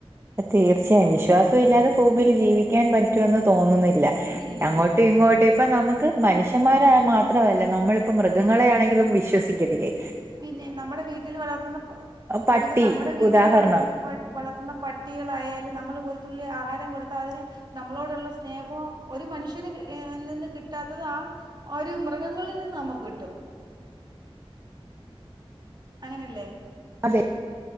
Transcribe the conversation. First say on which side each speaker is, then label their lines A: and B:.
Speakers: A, on the right (about 25°); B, on the right (about 45°).
A: തീർച്ചയായും, വിശ്വാസ ഇല്ലാതെ ഫുമിൽ ജീവി ക്കാൻ പറ്റുമന്ന് തോന്നുന്നില്ല
B: ഇല്ലില്ലില്ല
A: അങ്ങോട്ടും ഇങ്ങോട്ടും ഇപ്പൊ നമു നമക്ക് മനുഷ്യന്മാര മാത്രമല്ല നമ്മളിപ്പ മൃഗങ്ങളെ ആണെങ്കിലും വിശ്വസിക്കതില്ലേ.
B: പിന്നെ നമ്മുടെ വീട്ടിൽ വളർത്തുന്ന പ
A: പട്ടി
B: പിന്നെ നമ്മുടെ വീട്ടിൽ
A: ഉദാഹരണം
B: വരുന്ന വളത്തുന്ന പ- പട്ടികളായാലും നമ്മള് ഒരു തുള്ളി ആഹാരം കൊടുത്താതിന് നമ്മളോടുള്ള സ്നേഹവും ഒരു മനുഷ്യന് നിന്ന് കിട്ടാത്തത് ആ ഒരു മൃഗങ്ങളിൽ നിന്ന് നമ്മുക്കിട്ടും അങ്ങനല്ലേ
A: അതെ